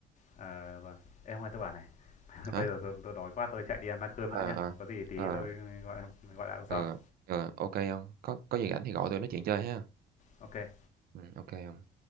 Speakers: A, on the left; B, on the right.
A: Ờ, vâng. Ê, hôm tôi bảo này. <laughs>
B: Hả?
A: Bây giờ tôi, tôi đói quá tôi chạy đi ăn bát cơm
B: Ờ,
A: đã nhá.
B: ờ,
A: Có gì tí
B: ờ,
A: tôi gọi gọi lại hôm
B: ờ,
A: sau.
B: ờ, ô kê Có có gì rảnh thì gọi tôi nói chuyện chơi ha.
A: Ok.
B: Ừm, ô